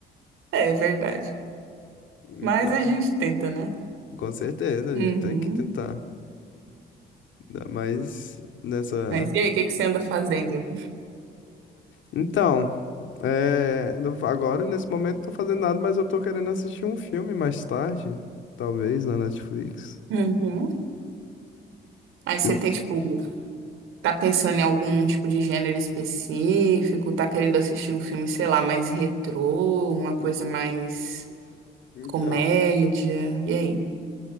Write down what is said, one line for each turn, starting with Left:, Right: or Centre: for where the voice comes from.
Right: É é verdade.
Left: Então.
Right: Mas a gente tenta, né?
Left: Com certeza, a
Right: Uhum.
Left: gente tem que tentar dar mais nessa.
Right: Mas e aí, o que que você anda fazendo?
Left: Então, é, eu não- agora nesse momento não tô fazendo nada, mas eu tô querendo assistir um filme mais tarde, talvez na Netflix.
Right: Uhum. Aí você
Left: Eu-
Right: tem, tipo, Tá pensando em algum tipo de gênero específico? Tá querendo assistir um filme, sei lá, mais retrô, uma coisa
Left: en-
Right: mais
Left: Então,
Right: comédia? E aí?